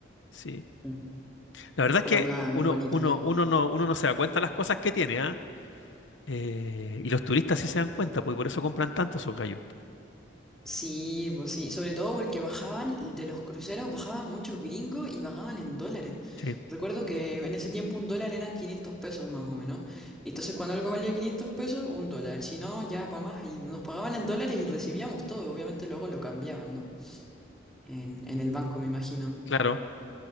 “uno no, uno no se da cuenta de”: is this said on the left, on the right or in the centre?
Left